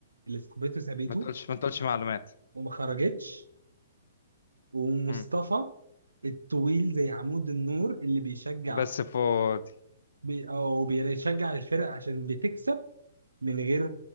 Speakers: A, on the right (about 85°); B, on the left (about 65°).
A: اللي صاحبته سابته
B: ما تقولش ما تقولش معلومات
A: وما خرجتش ومصطفى
B: مم.
A: الطويل زي عمود النور اللي بيشجع
B: بس فاضي
A: بي او بيشجع الفرق عشان بتكسب من غير